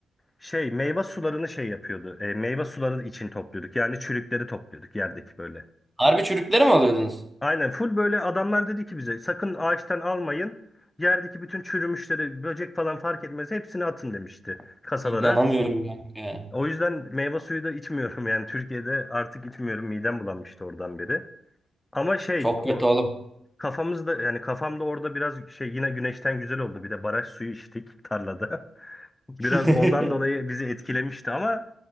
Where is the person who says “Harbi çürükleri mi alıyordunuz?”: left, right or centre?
Centre